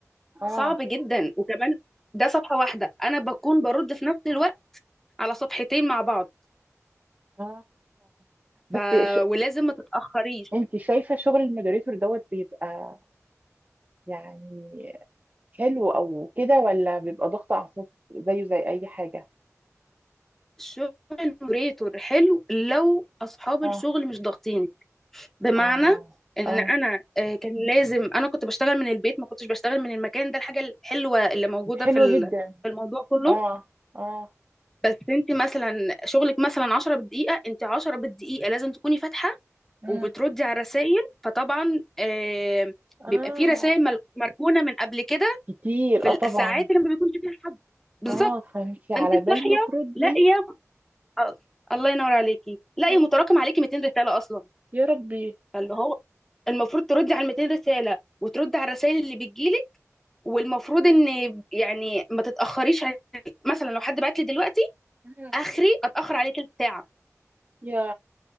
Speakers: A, on the right (about 30°); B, in the centre.
A: اه
B: صعب جدا وكمان ده صفحة واحدة أنا بكون برد في نفس الوقت على صفحتين مع بعض
A: اه بس
B: ف...
A: ش...
B: ولازم ما تتأخريش
A: انت شايفه شغل المودريتور دوت بيبقى يعني حلو او كده ولا بيبقى ضغط اعصاب زيه زي اي حاجه
B: الشغل موريتور حلو لو اصحاب
A: اه
B: الشغل مش ضاغطيني بمعنى
A: اه
B: ان
A: اه
B: انا آه، كان لازم انا كنت بشتغل من البيت ما كنتش بشتغل من المكان ده الحاجه الحلوه اللي موجوده
A: حلوة
B: في ال-
A: جدا
B: في الموضوع كله
A: اه اه
B: بس انت مثلا شغلك مثلا 10 بالدقيقه انت 10 بالدقيقه لازم تكوني فاتحه
A: مم.
B: وبتردي على الرسائل فطبعا آه،
A: اه
B: بيبقى في رسائل مركونه من قبل كده
A: كتير
B: في
A: اه طبعا
B: الساعات اللي ما بيكونش فيها حد بالظبط
A: اه فانتي على
B: فانت
A: بال
B: صاحيه
A: ما تردي
B: لاقيه آه، الله ينور عليكي لا
A: آه.
B: يا متراكم عليكي 200 رساله اصلا
A: يا ربي
B: فاللي هو المفروض تردي على ال 200 رساله وتردي على الرسائل اللي بتجيلك والمفروض ان يعني ما تتاخريش عن- مثلا لو حد بعت لي دلوقتي
A: آه.
B: اخري اتاخر عليه تلت ساعه
A: يا